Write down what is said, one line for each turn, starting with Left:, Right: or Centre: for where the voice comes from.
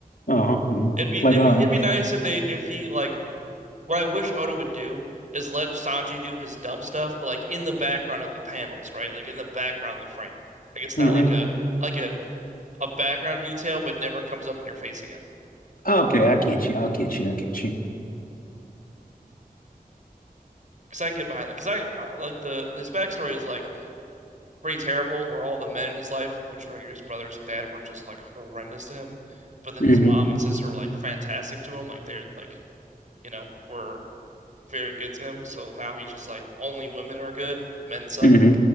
Left: Uh-huh. mhm.
Right: It'd be
Left: Like,
Right: it'd
Left: uh,
Right: be it'd be nice if they if he like What I wish Oda would do is let Sanji do his dumb stuff, but like in the background of the panels, right? Like in the background of the frame. Like it's not
Left: hmm
Right: like a like a a background detail, but never comes up in your face again.
Left: Okay, I get you. I get you. I get you.
Right: Because I can get behind that. Because I I- like the his backstory is like pretty terrible, where all the men in his life, which were like his brothers and dad, were just like horrendous to him. But then
Left: hmm
Right: his mom and sister were like fantastic to him. Like they're like you know were very good to him. So now he's just like only women are good, men suck.
Left: hmm